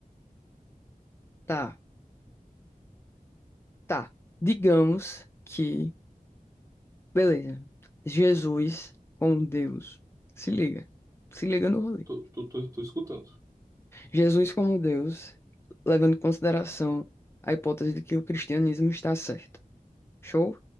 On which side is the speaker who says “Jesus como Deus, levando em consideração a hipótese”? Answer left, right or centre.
Left